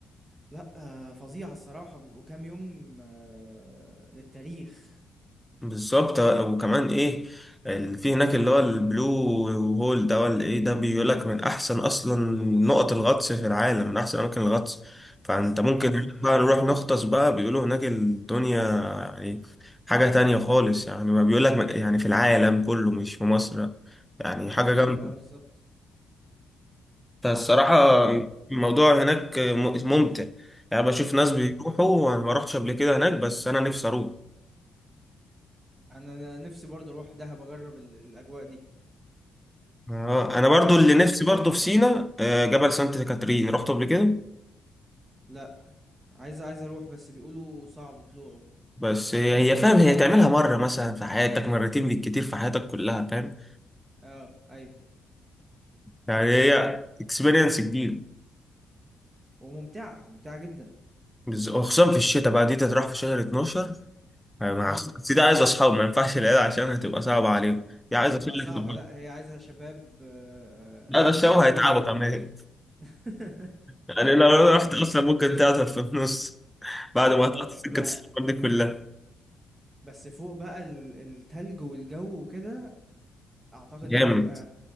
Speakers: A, on the right (about 25°); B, in the centre.
A: لا آه فظيعة الصراحة بيبقوا كام يوم آه للتاريخ
B: بالظبط وكمان ايه ال- في هناك اللي هو البلو هول ده ولا ايه ده بيقول لك من احسن اصلا نقط الغطس في العالم من احسن اماكن الغطس فانت ممكن
A: اه
B: مم. هناك بقى نروح نغطس بقى بيقولوا هناك الدنيا يعني حاجة تانية خالص يعني ما بيقول لك من- يعني في العالم كله مش في مصر يعني حاجة
A: ايوه
B: جامدة
A: اه بالظبط
B: فالصراحة
A: طب
B: الموضوع هناك م- ممتع يعني بشوف ناس
A: امم
B: بيروحوا وانا ما رحتش قبل كده هناك بس انا نفسي اروح
A: انا أنا نفسي برضه اروح دهب اجرب ال- الاجواء دي
B: آه انا برضو اللي
A: طب
B: نفسي برضو في سينا آه، جبل سانت كاترين رحت قبل كده
A: لا عايز عايز اروح بس بيقولوا صعب طلوعه
B: بس هي هي فاهم هي تعملها مره مثلا في حياتك مرتين بالكتير في حياتك كلها فاهم
A: اه ايوه
B: يعني هي اكسبيرينس كبير
A: وممتعة ممتعة جدا
B: بز- وخصوصا في الشتاء بقى دي تروح في شهر 12 آه، مع
A: امم
B: أص- دي عايز اصحاب ما ينفعش العيال عشان هتبقى صعبه عليهم دي عايز
A: هتبقى
B: اشيل لك
A: صعبة لا هي عايزة شباب آه،
B: لا ده الشباب
A: آه، يقدروا
B: هيتعبوا
A: ي...
B: كمان
A: <laughs>
B: يعني لو رحت
A: اه
B: اصلا ممكن تعطل في النص بعد
A: اه
B: ما هتقطع سكه
A: مع...
B: السفر دي كلها
A: بس فوق بقى ال- التلج والجو وكده اعتقد
B: جامد
A: ان هي تبقى